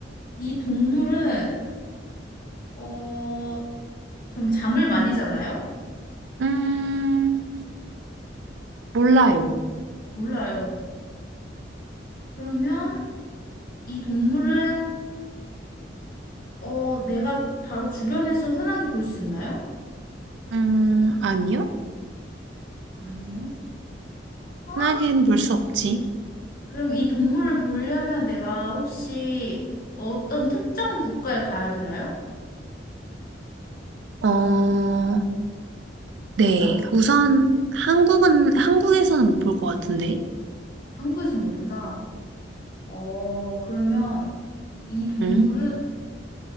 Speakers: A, on the left; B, on the right.
A: 이 동물은 어, 그럼 잠을 많이 자나요?
B: 음, 몰라요.
A: 몰라요. 그러면 이 동물은 어, 내가 바로 주변에서 흔하게 볼 수 있나요?
B: 음, 아니요?
A: 아니요. 아,
B: 흔하게는 볼 수 없지.
A: 그럼 이 동물을 보려면 내가 혹시 어떤 특정 국가에 가야 되나요?
B: 어, 네.
A: 맞아?
B: 우선, 한국은, 한국에서는 못 볼 것 같은데.
A: 한국에서 못 본다. 어, 그러면 이 동물은
B: 음,